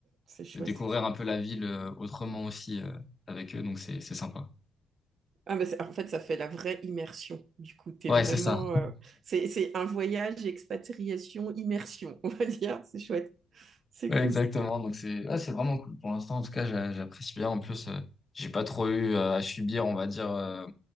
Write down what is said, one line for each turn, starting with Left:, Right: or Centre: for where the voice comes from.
Right: c'est chouette.
Left: de découvrir un peu la ville euh, autrement aussi euh, avec eux. Donc c'est, c'est sympa.
Right: Ah, mais c'est- en fait, ça fait la vraie immersion. Du coup, t'es
Left: Ouais,
Right: vraiment.
Left: c'est ça.
Right: euh, c'est c'est un voyage, expatriation, immersion, on va dire. C'est chouette. C'est
Left: Ouais,
Right: cool.
Left: exactement. Donc c'est ouais, c'est vraiment cool pour l'instant. En tout cas, j'a- j'apprécie bien. En plus, euh, j'ai pas trop eu euh, à subir, on va dire, euh,